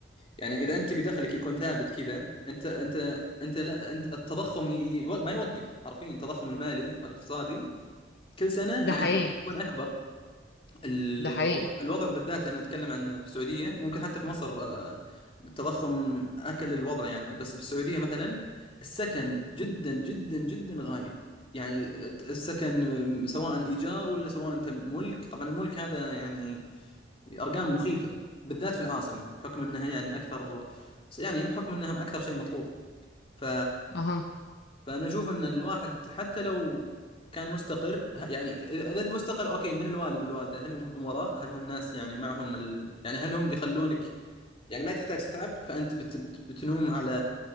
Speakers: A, on the left (about 30°); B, on the left (about 60°).
A: يعني اذا انت بدخلك يكون ثابت كذا انت انت انت لا انت التضخم ي- ي- ما يوقف حرفيا التضخم المالي والاقتصادي كل سنه
B: ده
A: يعني
B: حقيقي
A: يكون اكبر ال-
B: ده حقيقي
A: الوضع الوضع بالذات انا اتكلم عن في السعوديه ممكن حتى في مصر آه، التضخم اكل الوضع يعني بس في السعوديه مثلا السكن جدا جدا جدا غالي يعني الت- السكن آم، سواء ايجار ولا سواء انت ملك طبعا الملك هذا يعني ارقام مخيفه بالذات في العاصمه بحكم انها يعني اكثر يعني بحكم انها اكثر شيء مطلوب ف
B: اها
A: فانا اشوف ان الواحد حتى لو كان مستقر ه- يعني اذا إذا انت مستقر اوكي من الوالد والوالده هل هم امراء هل هم ناس يعني معهم ال... يعني هل هم بيخلونك يعني ما تحتاج تتعب فانت بت... بت... بتنوم على